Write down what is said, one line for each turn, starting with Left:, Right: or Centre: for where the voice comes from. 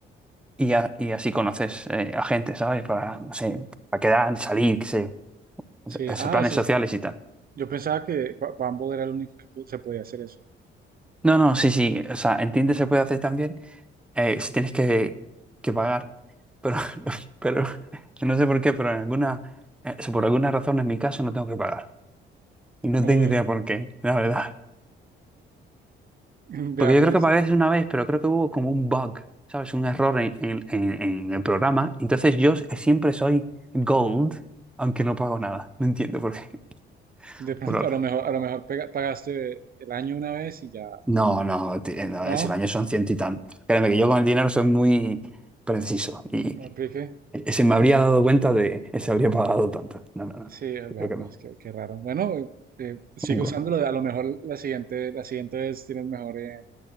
Centre: y, a- y así conoces eh, a gente, ¿sabes? Para, no sé, para quedar, salir, qué sé yo, o
Right: Sí,
Centre: sea, esos
Right: ah,
Centre: planes
Right: ese
Centre: sociales
Right: es-
Centre: y tal.
Right: yo pensaba que Ba- Bumble era el único que pu- se podía hacer eso.
Centre: No, no, sí, sí, o sea, en Tinder se puede hacer también. eh, si tienes que, que pagar. Pero, <laughs> pero no sé por qué, pero en alguna, eh, si por alguna razón en mi caso no tengo que pagar. Y no
Right: Uy,
Centre: tengo idea por
Right: <clears throat>
Centre: qué, la verdad.
Right: <laughs> vea
Centre: Porque yo
Right: pues,
Centre: creo que pagué una vez, pero creo que hubo como un bug, ¿sabes? Un error en, en- en- en el programa. Entonces yo siempre soy gold, aunque no pago nada. No entiendo por qué. <laughs>
Right: de pronto
Centre: Por ahora.
Right: a lo mejor, a lo mejor pega- pagaste el año una vez y ya,
Centre: No, no, ti- no,
Right: ¿no?
Centre: ese baño son ciento y tanto. Créeme que yo con el dinero soy muy preciso. Y,
Right: Me apliqué.
Centre: E- Se me habría dado cuenta de... eh, Se habría pagado tanto. No, no, no.
Right: Sí, vea,
Centre: Creo que
Right: pues
Centre: no.
Right: qué, qué raro. Bueno, eh, eh, sigue
Centre: pongo
Right: usándolo, a lo mejor la siguiente, la siguiente vez tienes mejor, eh,